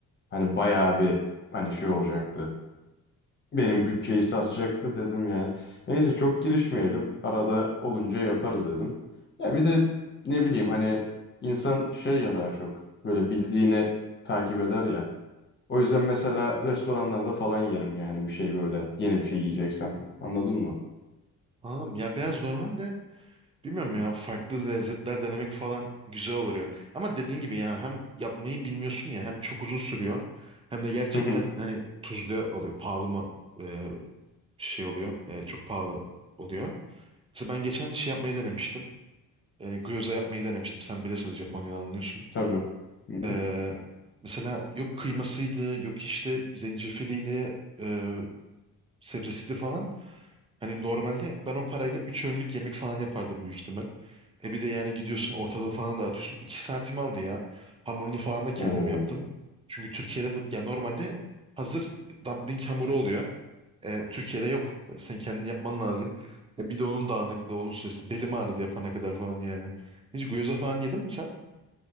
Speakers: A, on the left (about 30°); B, on the right (about 15°).
A: hani bayağı bir hani şey olacaktı. Benim bütçeyi sarsacaktı dedim yani. Neyse çok girişmeyelim. Arada olunca yaparız dedim. Ya bir de ne bileyim hani insan şey ya daha çok böyle bildiğini takip eder ya. O yüzden mesela restoranlarda falan yerim yani bir şey böyle yeni bir şey yiyeceksem. Anladın mı?
B: Anladım. Ya biraz normal de Bilmiyorum ya farklı lezzetler denemek falan güzel oluyor. Ama dediğin gibi ya hem yapmayı bilmiyorsun ya hem çok uzun sürüyor hem de gerçekten
A: Hı hı.
B: hani tuzlu oluyor pahalı mı e, şey oluyor e, çok pahalı oluyor. Mesela ben geçen şey yapmayı denemiştim. E, gyoza yapmayı denemiştim. Sen bilirsiniz Japonya'dan anlıyorsun.
A: Tabii. Hı hı.
B: E, mesela yok kıymasıydı yok işte zencefiliyle e, sebzesiydi falan. Hani normalde ben o parayla 3 önlük yemek falan yapardım büyük ihtimal. E bir de yani gidiyorsun ortalığı falan dağıtıyorsun. 2 saatimi aldı ya. Hamurunu falan da kendim
A: Oo.
B: yaptım. Çünkü Türkiye'de no- ya normalde hazır dumpling hamuru oluyor. E, Türkiye'de yok. E, Sen kendin yapman lazım. E, bir de onun dağınıklığı, onun süresi. Belim ağrıdı yapana kadar falan yani. Hiç gyoza falan yedin mi sen?